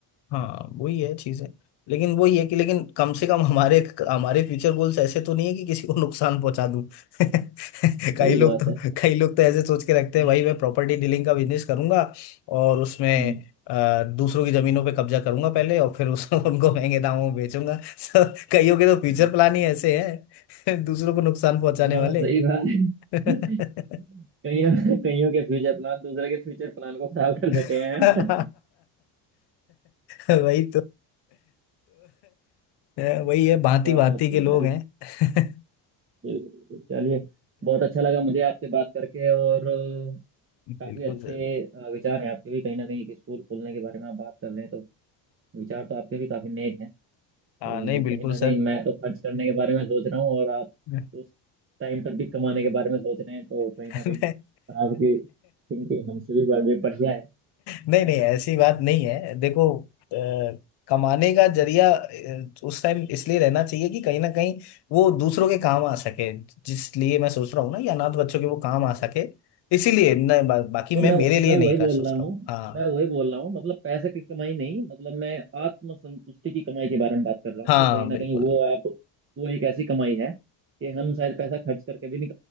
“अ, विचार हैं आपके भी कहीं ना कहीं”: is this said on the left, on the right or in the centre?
Right